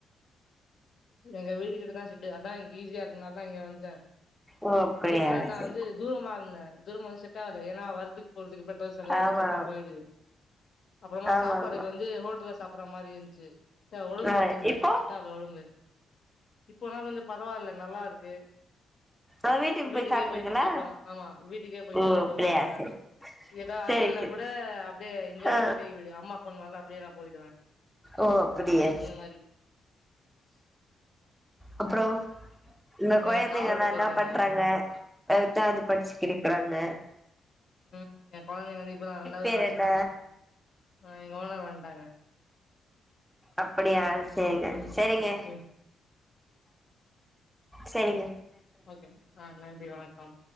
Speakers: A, on the left (about 60°); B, in the centre.
A: எங்க வீடுக்கிட்டதா செட்டு அதா எங்க ஈஸியா இருந்தனால தா இங்க வந்துட்டே
B: ஓ அப்டியா
A: இதுக்கு முன்னாடி நா
B: செரி
A: வந்து தூரமா இருந்தே. தூரம இருந்து செட்டாகளா ஏன்னா வருதுக்கு போறதுக்கு பெட் ரோல் செலவு வந்து
B: ஆமா
A: கரக்டா போயிடுது. அப்றோமா
B: ஆமா
A: சாப்பாடுக்கு
B: ஆமா
A: வந்து ஹோட்டல்ல சாப்ற மாரி இருந்ச்சு ச ஒடம்பு
B: ஆ
A: ஒத்துக்கல
B: இப்போ
A: செட்டாவுல ஒடம்பு இப்பனா கொஞ்ச பரவால்ல நல்லா இருக்கு
B: அ வீட்டுக்கு
A: வீட்டுக்கே
B: போய் சாப்ட்ருவீங்களா
A: போய்ட்டு சாப்லா ஆமா வீட்டுக்கே போய்ட்
B: ஓ
A: சாப்ட்டு
B: அப்டியா
A: வந்துருவே
B: செரி
A: ஏதா
B: செரி
A: அர்ஜென்ட்னா
B: செரி
A: கூட அப்டியே இங்கதா
B: ஆ
A: கிட்டேயே வீடு அம்மா ஃபோன் பண்ண அப்டியே நா போய்டுவே
B: ஓ அப்டியா
A: அந்த மாரி
B: அப்பறோ இந்த கொழைந்தங்கல்லா
A: எனக்கு கார் ஓட்ட
B: என்னா
A: தெரியு
B: பண்றாங்க அதத்தா வந்து படிச்சு கிழிக்கிறான்னே
A: உம் க கொழந்தைங்க வந்து இப்பதா ரெண்டாவது
B: பேர்
A: படிச்சிட்ருக்கா
B: என்ன
A: ஆ எங்க ஓனர் வந்ட்டாங்க
B: அப்படியா சரிங்க
A: ம்
B: சரிங்க
A: ம்
B: சரிங்க
A: ஓகேங் ஆ நன்றி வணக்கம்